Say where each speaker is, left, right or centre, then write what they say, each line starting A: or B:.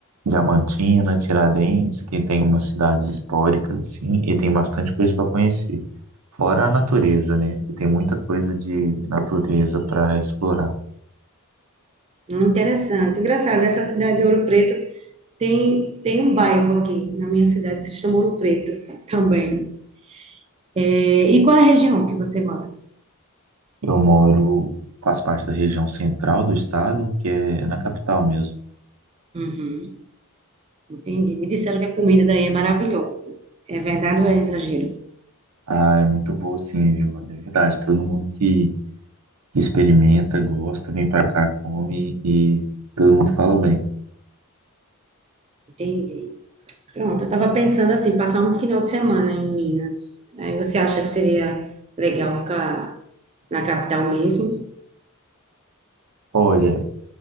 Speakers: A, on the right (about 80°); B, on the right (about 25°).
A: Diamantina, Tiradentes, que tem umas cidades históricas assim, e tem bastante coisa para conhecer. Fora a natureza, né? Que tem muita coisa de natureza para explorar.
B: Hum, Interessante. Engraçado, essa cidade de Ouro Preto tem, tem um bairro aqui na minha cidade que se chama Ouro Preto também. É, e qual é a região que você mora?
A: Eu moro, faço parte da região central do estado, que é na capital mesmo.
B: Uhum. Entendi. Me disseram que a comida daí é maravilhosa. É verdade ou é exagero?
A: Ah, é muito boa, sim, viu? É verdade. Todo mundo que experimenta, gosta, vem para cá, come e todo mundo fala bem.
B: Entendi. Pronto, eu estava pensando assim, passar um final de semana em Minas. Aí você acha que seria legal ficar na capital mesmo?
A: Olha,